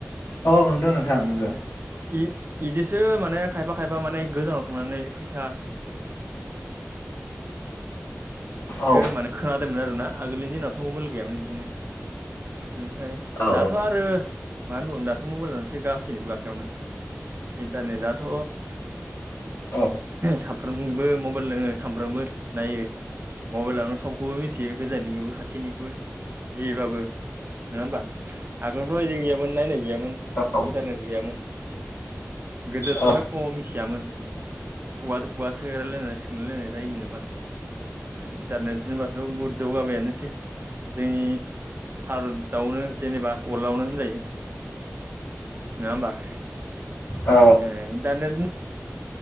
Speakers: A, on the left; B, on the right.
A: औ नुदों नोंथां नुदो।
B: इ-इदिसो माने खायफा खायफा माने गोजानाव थांनानै फैसा
A: औ
B: सो माने खोनादोंमोन आरोना आगोलनि दिनावथ' मबाइल गैयामोन बिदिनो इनिफ्राय
A: औ
B: दाथ' आरो मानो होनबावनो दाथ' मबाइलानोसै गासैनिबो बाख्रियावनो इन्टारनेटआथ'
A: औ
B: साफ्रोमबो मबाइल दोङो साफ्रोमबो नायो मबेलावनो सब समखोबो मिथियो गोजाननिखोबो खाथिनिखोबो जिबाबो नोङा ओमबा आगोलावफ्राव बिदि गैयामोन नायनाय गैयामोन।
A: औ
B: इन्टारनेट गैयामोन गोदोथ'
A: औ
B: एख' मिथियामोन। खुगादो खुगासो रायलायनानै सोंलायलायनाय जायोमोननो माथो। इन्टारनेट होनबाथ' बहुद जौगाबायानोसै जोंनि भारतआवनो जेनेबा वार्लडआवनो होनजायो नोङा ओमबा?
A: औ
B: ए इन्टारनेटनि